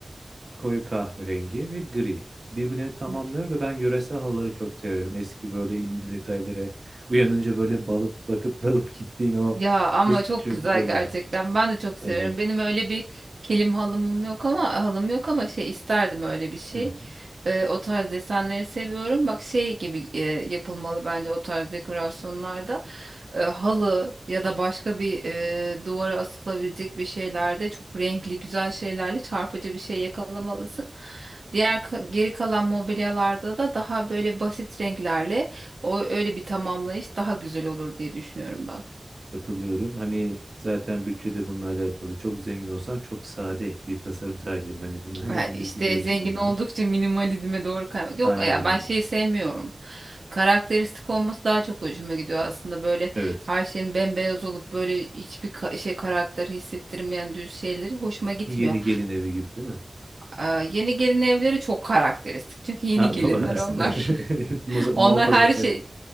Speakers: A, on the right; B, on the right.
A: koyu kahverengi ve gri. Birbirini tamamlıyor
B: Hı.
A: ve ben yöresel halıları çok seviyorum. Eski böyle ince detayları. Uyanınca böyle balıp bakıp <laughs> dalıp gittiğin o
B: Ya ama
A: eski
B: çok
A: çocukluk
B: güzel
A: halıları.
B: gerçekten. Ben de çok seviyorum.
A: Evet.
B: Benim öyle bir kilim halımım yok ama halım yok ama şey isterdim öyle bir şey.
A: Hı hı.
B: Ee, o tarz desenleri seviyorum. Bak şey gibi e, yapılmalı bence o tarz dekorasyonlarda. Ee, halı ya da başka bir e, duvara asılabilecek bir şeylerde çok renkli güzel şeylerle çarpıcı bir şey yakalamalısın. Diğer ka- geri kalan mobilyalarda da daha böyle basit renklerle o öyle bir tamamlayış daha güzel olur diye düşünüyorum ben.
A: Katılıyorum. Hani zaten bütçede de bununla alakalı. Çok zengin olsam çok sade bir tasarım tercih ederim. Hani bunu <laughs> hepimiz
B: Ha, işte
A: biliyoruz
B: zengin
A: sanırım.
B: oldukça minimalizme doğru kaymak. Yok
A: Aynen
B: ya ben
A: öyle.
B: şeyi sevmiyorum. Karakteristik olması daha çok hoşuma gidiyor aslında böyle
A: Evet.
B: her şeyin bembeyaz olup böyle hiçbir ka- şey karakter hissettirmeyen düz şeyleri hoşuma gitmiyor.
A: Yeni gelin evi gibi değil mi? <laughs>
B: Aa, yeni gelin evleri çok karakteristik çünkü yeni
A: Ha,
B: gelinler
A: doğru aslında.
B: onlar.
A: <laughs> Muza-
B: Onlar
A: Muhafazakar
B: her şey
A: değil.